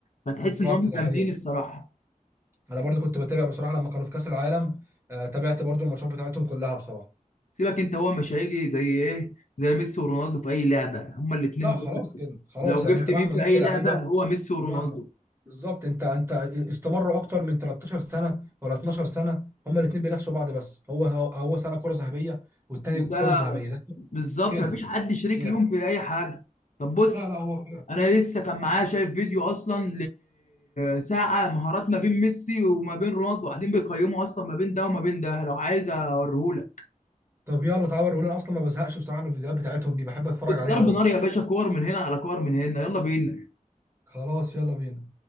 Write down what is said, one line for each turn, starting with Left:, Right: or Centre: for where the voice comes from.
Left: فتحس
Right: بالظبط
Left: ان هم
Right: ده
Left: جامدين
Right: حقيقه
Left: الصراحه
Right: انا برضو كنت بتابع بصراحه لما كانوا في كاس العالم آه، تابعت برضو الماتشات بتاعتهم كلها بصراحه
Left: سيبك انت هو مش هيجي زي ايه زي ميسي ورونالدو في اي لعبه هما الاثنين
Right: لا
Left: دول
Right: خلاص كده خلاص
Left: لو
Right: يعني
Left: جبت
Right: انت مهما
Left: مين في
Right: جبت
Left: اي
Right: لعيبه
Left: لعبه هو ميسي ورونالدو
Right: ومهما بالظبط انت انت استمروا اكتر من 13 سنه ولا 12 سنه هما الاثنين بينافسوا بعض بس هو هو هو سنه كره ذهبيه والتاني
Left: وده
Right: كره ذهبيه ده
Left: بالظبط
Right: كده
Left: مفيش حد شريك
Right: يعني
Left: ليهم في اي حاجه طب بص
Right: لا لا هو
Left: انا لسه كان معايا شايف فيديو اصلا لساعه مهارات ما بين ميسي وما بين رونالدو قاعدين بيقيموا اصلا ما بين ده وما بين ده لو عايز اوريهولك
Right: طب يلا تعالى وريهولي انا اصلا ما بزهقش بصراحه من الفيديوهات بتاعتهم دي بحب اتفرج عليها
Left: ضرب
Right: قوي
Left: نار يا باشا كور من هنا على كور من هنا يلا بينا
Right: خلاص يلا بينا